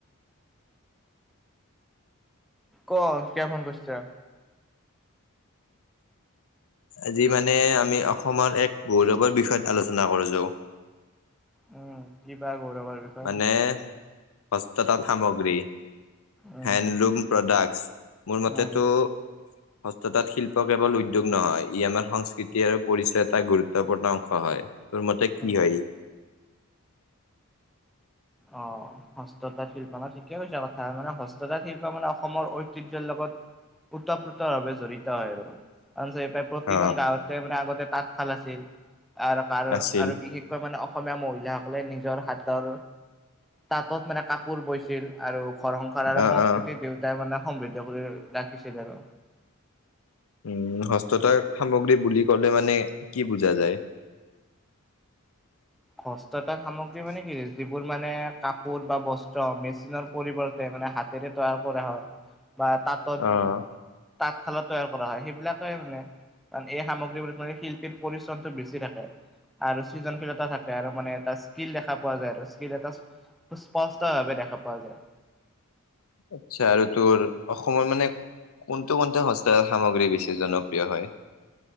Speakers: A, in the centre; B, on the left (about 75°).
A: ক' কিয় ফোন কৰছা।
B: আজি মানে আমি অসমৰ এক গৌৰৱৰ বিষয়ত আলোচনা কৰ যোউ।
A: উম, কিবা। গৌৰৱৰ বিষয়ে
B: মানে হস্ততাঁত সামগ্ৰী।
A: উম
B: হেণ্ডলুম প্ৰডাক্টছ মোৰ মতেতো
A: উম
B: হস্ততাঁত শিল্প কেৱল উদ্যোগ নহয়। ই আমাৰ সংস্কৃতি আৰু পৰিচয় এটা গুৰুত্বপূৰ্ণ অংশ হয়। তোৰ মতে কি
A: উম
B: হয়।
A: অ' হস্ততাঁত শিল্প ন' ঠিকেই কৈছা কথা মানে হস্ততাঁত শিল্প মানে অসমৰ ঐতিহ্যৰ লগত ওতঃপ্ৰোতভাৱে জড়িত হয় আৰু প্ৰতিখন
B: অ
A: গাঁৱতে মানে আগতে তাঁতশাল আছিল। আৰু কাৰ
B: আছিল
A: আৰু বিশেষকৈ মানে অসমীয়া মহিলাসকলে নিজৰ হাতৰ তাঁতত মানে কাপোৰ বৈছিল আৰু ঘৰ-সংসাৰ আৰু
B: অ
A: সংস্কৃতি
B: অ
A: দেউতাই মানে সমৃদ্ধ কৰি ৰাখিছিল আৰু
B: উ হস্ততাঁত সামগ্ৰী বুলি ক'লে মানে কি বুজা যায়। <inaudible>
A: হস্ত তাঁত সামগ্ৰী মানে কি, যিবোৰ মানে কাপোৰ বা বস্ত্ৰ, মেচিনৰ পৰিৱৰ্তে মানে হাতেৰে তৈয়াৰ কৰা হয় বা তাঁতত,
B: অ'।
A: তাঁতশালত তৈয়াৰ কৰা হয়, সেইবিলাকে মানে। কাৰণ এই সামগ্ৰীবোৰত মানে শিল্পীৰ পৰিশ্ৰমটো বেছি থাকে আৰু সৃজনশীলতা থাক কে আৰু মানে এটা স্কিল দেখা পোৱা যায় আৰু, স্কিল এটা স্পষ্ট ভাৱে দেখা পোৱা যায়।
B: আচ্ছা এইটো আৰু। অসমৰ মানে কোনটো <unintelligible> হস্ত সামগ্ৰী বেছি জনপ্ৰিয় হয়?